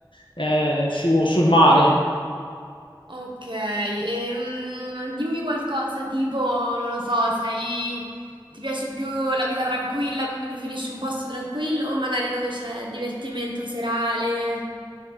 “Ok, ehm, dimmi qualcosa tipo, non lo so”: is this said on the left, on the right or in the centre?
Right